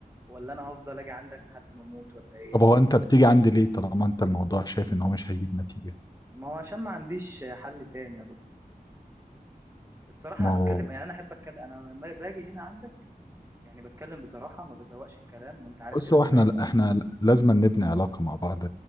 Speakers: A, on the right; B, on the left.
A: ولا انا هفضل اجي عندك لحد ما اموت ولا ايه
B: طب هو انت بتيجي عندي ليه طالما انت الموضوع شايف ان هو مش هيجيب نتيجة
A: ما هو عشان ما عنديش حل تاني يا دكتور الصراحه
B: ما
A: انا
B: هو
A: بتكلم يعني انا احب اتكلم انا لما باجي هنا عندك يعني بتكلم بصراحه ما بزوقش الكلام وانت عارف
B: بص
A: كده
B: هو
A: كويس
B: احنا احنا لازم نبني علاقة مع بعض